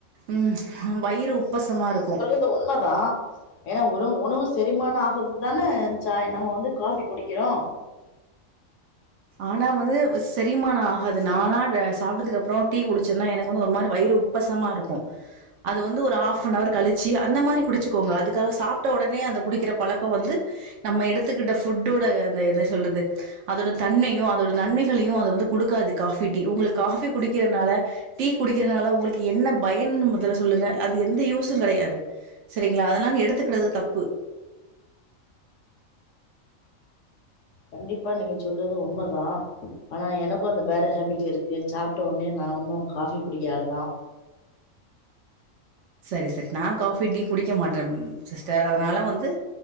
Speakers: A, on the right (about 70°); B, on the left (about 65°).
A: ம் அ வயிறு உப்பசமா இருக்கு
B: து உண்மதா ஏன்னா உறவு உணவு செரிமானோ ஆகுறதுக்கு தான சாய் நம்ம வந்து குடிக்கிறோ
A: ஆனா வந்து செரிமானோ ஆகாது நானா அத சாப்ட்டதுக்கு அப்புறம் டீ குடிச்சேன்னா எனக்கு வந்து ஒரு மாரி வயிறு உப் உப்பசமா இருக்கு அது வந்து ஒரு ஹாஃப்னவர் கழிச்சி அந்த மாரி குடிச்சிக்கோங்க அதுக்காக சாப்ட்ட உடனே அந்த குடிக்கிற பழக்க வந்து நம்ம எடுத்துக்கிட்ட ஃபுட்டோட அந்த என்ன சொல்றது அதோட தன்மையும் அதோட நன்மைகளையு அது வந்து குடுக்காது காஃபி டீ உங்ளுக்கு காஃபி குடிக்கிறதுனால டீ குடிக்கிறனால உங்ளுக்கு என்ன பயன் முதல்ல சொல்லுங்க அது எந்த யூசும் கிடையாது செரிங்ளா அதனால எடுத்துக்குறது தப்பு
B: கண்டிப்பா நீங்க சொல்றது உண்மதா ஆனா எனக்கு அந்த பேட் ஹேபிட் இருக்கு சாப்டவுனே நா ஒன்னு காஃபி குடிக்ற ஆலுதா
A: செரி செரி நா காஃபி டி குடிக்க மாட்டேம் சிஸ்டர் அதனால வந்து